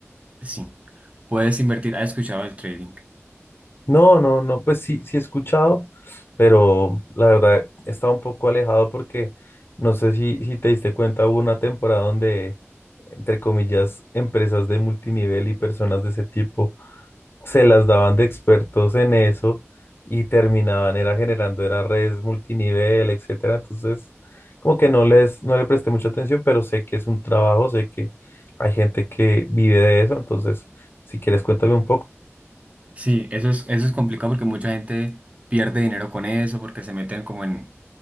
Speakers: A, on the right; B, on the left.
A: sí, puedes invertir, ¿has escuchado el trading?
B: No, no, no, pues sí, sí he escuchado, pero la verdad estaba un poco alejado porque no sé si, si te diste cuenta, hubo una temporada donde, entre comillas, empresas de multinivel y personas de ese tipo se las daban de expertos en eso y terminaban era generando era redes multinivel, etcétera. Entonces, como que no les no le presté mucha atención, pero sé que es un trabajo, sé que hay gente que vive de eso, entonces si quieres cuéntame un poco.
A: Sí, eso es, eso es complicado porque mucha gente pierde dinero con eso, porque se meten como en,